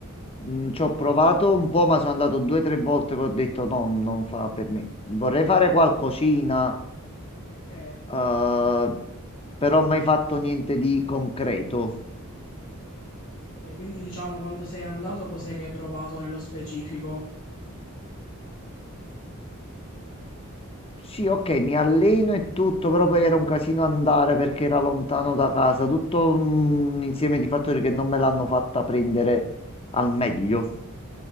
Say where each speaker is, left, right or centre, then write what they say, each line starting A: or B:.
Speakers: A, on the left; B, on the left.
A: Mm, ci ho provato un po', ma sono andato due o tre volte che ho detto no, non fa per me. Vorrei fare qualcosina,
B: Ok,
A: eh, però mai fatto niente di concreto.
B: ok, quindi diciamo quando sei andato cos'è che hai provato nello specifico?
A: Sì, ok, mi alleno e tutto, però poi era un casino andare perché era lontano da casa. Tutto un insieme di fattori che non me l'hanno fatta prendere al meglio.